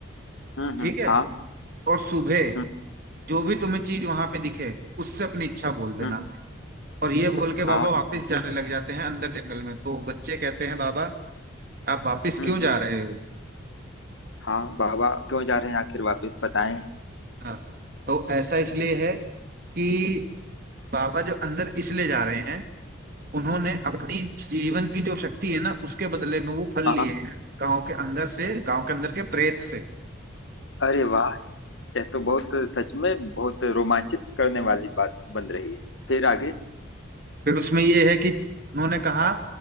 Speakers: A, on the left; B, on the right.
A: हम्म
B: ठीक
A: हम्म
B: है
A: हाँ
B: और सुबह
A: हम्म,
B: जो भी तुम्हें चीज वहां पे दिखे उससे अपनी इच्छा बोल देना
A: हम्म,
B: और ये बोल के बाबा
A: हाँ
B: वापस जाने लग जाते हैं अंदर जंगल में तो बच्चे कहते हैं बाबा आप वापस
A: हम्म,
B: क्यों
A: हम्म,
B: जा रहे हो
A: हाँ बाबा क्यों जा रहे हैं आखिर वापस बताएं
B: हाँ तो ऐसा इसलिए है कि बाबा जो अंदर इसलिए जा रहे हैं उन्होंने अपनी जीवन की जो शक्ति है ना उसके बदले में वो फल लिए
A: हाँ
B: हैं गांव के अंदर से गांव के अंदर के प्रेत से
A: अरे वाह यह तो बहुत सच में बहुत रोमांचित करने वाली बात बन रही है फिर आगे
B: फिर उसमें ये है कि उन्होंने कहा